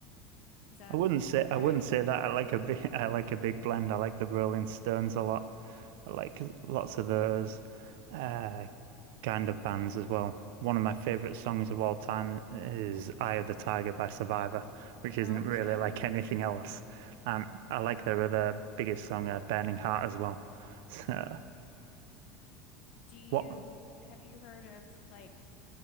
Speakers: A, on the left; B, on the right.
A: Is that
B: I wouldn't say
A: right?
B: I wouldn't say that. I like a big <laughs> I like a big blend. I like the Rolling Stones a lot. I like lots of those uh, kind of bands as well. One of my
A: Like
B: favorite songs of all time is "Eye of the Tiger" by Survivor, which isn't
A: okay.
B: really like <laughs> anything else. And I like their other biggest song, uh, "Burning Heart," as well. <laughs> So
A: Do you
B: what? Oh,
A: have you heard of like